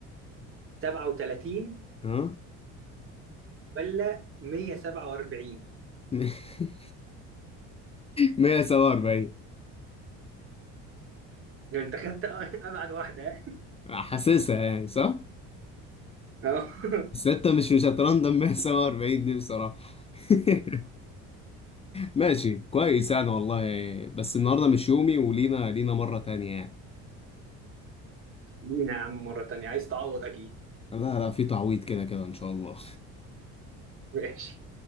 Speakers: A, on the right; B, on the left.
A: 37
B: ها
A: ولا 147
B: <laughs> مية سبعة وأربعين
A: لو انت خدت <laughs> ابعد واحدة
B: حاسسها يعني صح؟
A: اه <laughs>
B: بس انت مش مش هترندم 147 دي بصراحة <laughs> ماشي كويس يعني والله بس النهاردة مش يومي ولينا لينا مرة تانية يعني
A: لينا يا عم مرة تانية عايز تعوض اكيد
B: لا لا في تعويض كده كده إن شاء الله
A: ماشي